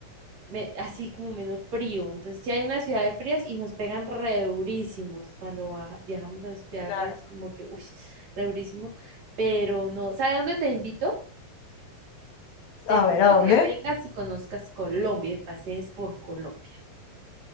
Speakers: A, on the right; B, on the left.
A: me- así como menos frío. Entonces, sí hay unas ciudades frías y nos pegan re durísimos cuando baja- viajamos a ciudades
B: claro.
A: frías, como que, uy, re durísimo. Pero no, ¿sabe dónde te invito? Te
B: A
A: invito
B: ver, ¿a dónde?
A: a que vengas y conozcas Colombia y pasees por Colombia.